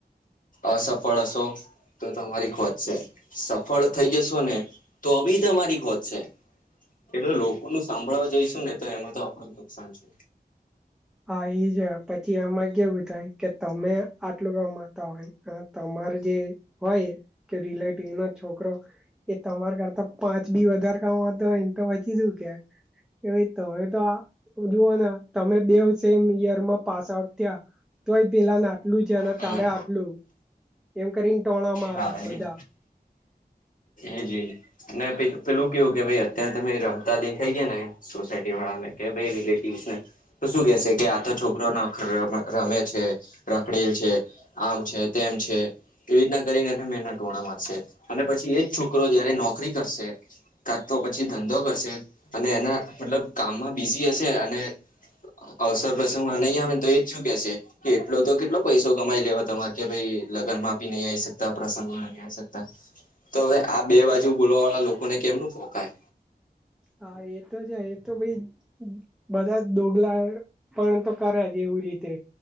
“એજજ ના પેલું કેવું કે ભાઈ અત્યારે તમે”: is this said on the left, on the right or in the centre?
Left